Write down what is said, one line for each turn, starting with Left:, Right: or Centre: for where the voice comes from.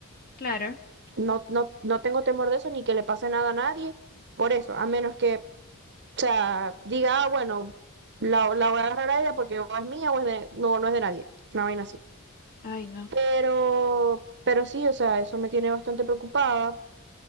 Left: claro.
Right: No, no, no tengo temor de eso, ni que le pase nada a nadie, por eso, a menos que, o sea, diga, ah, bueno, la, la voy a agarrar a ella porque o es mía o es de, no, no es de nadie, una vaina así.
Left: Ay, no.
Right: Pero, pero sí, o sea, eso me tiene bastante preocupada.